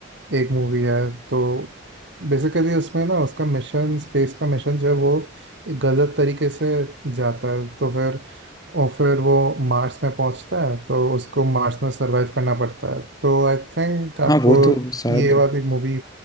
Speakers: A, on the right (about 60°); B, on the left (about 20°).
A: एक मूवी है तो बेसिकली उसमें ना उसका मिशन स्पेस का मिशन जो है वो गलत तरीके से जाता है तो फिर और फिर वो मार्स में पहुंचता है तो उसको मार्स में सरवाइव करना पड़ता है तो आई थिंक आपको
B: हाँ वो तो शायद
A: ये वाली मूवी